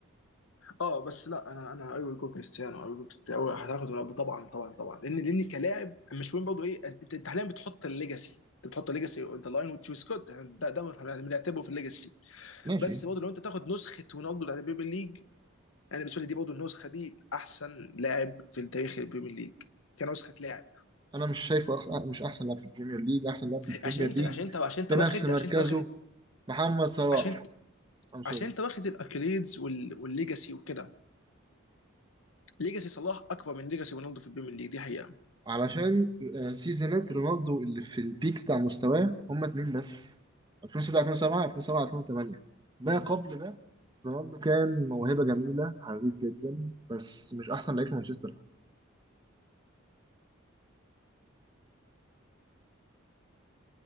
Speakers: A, on the left; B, on the right.
A: اه بس لا انا انا ايوه جوك كريستيانو ايوه جوك أيوة هتاخد رونالدو طبعا طبعا طبعا لان لان كلاعب مش مهم برضه ايه انت انت حاليا بتحط الليجاسي انت بتحط الليجاسي اون لاين وتشوز جود ده ده بنعتبره في الليجاسي
B: ماشي
A: بس برضه لو انت تاخد نسخه رونالدو بتاعت البريمير ليج انا بالنسبه لي دي برضه النسخه دي احسن لاعب في تاريخ البريمير ليج كنسخه لاعب
B: انا مش شايفه أخ... مش احسن لاعب في البريمير ليج احسن لاعب في البريمير
A: عشان انت
B: ليج
A: عشان انت عشان انت
B: بنفس
A: واخد
B: مركزه
A: عشان انت واخد
B: محمد صلاح
A: عشان
B: ام سوري
A: عشان انت واخد الاكليدز وال- والليجاسي وكده ليجاسي صلاح اكبر من ليجاسي رونالدو في البريمير ليج دي حقيقه
B: علشان آه، سيزونات رونالدو اللي في البيك بتاع مستواه هما اتنين بس 2006 2007 2007 2008 ما قبل ده رونالدو كان موهبة جميلة حريف جدا بس مش احسن لعيب في مانشستر حتى.